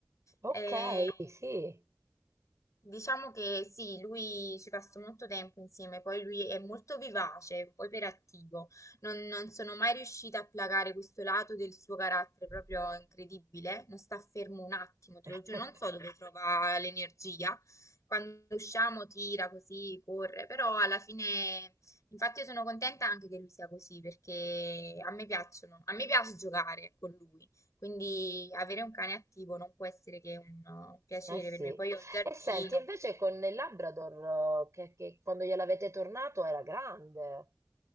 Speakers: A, on the right; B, on the left.
A: Ok,
B: E
A: sì.
B: Diciamo che sì, lui ci passa molto tempo insieme, poi lui è molto vivace, poi iperattivo. Non, non sono mai riuscita a placare questo lato del suo carattere proprio incredibile. Non sta fermo un attimo, te
A: <laughs>
B: lo giuro, non so dove trova l'energia. Quando usciamo tira così, corre, però alla fine, infatti io sono contenta anche che lui sia così, perché a me piacciono, a me piace giocare con lui. Quindi avere un cane attivo non può essere che un, un piacere
A: Eh sì.
B: per me. Poi ho il giardino.
A: E senti, invece
B: quindi-
A: con il Labrador, eh, che, che quando gliel'avete tornato era grande.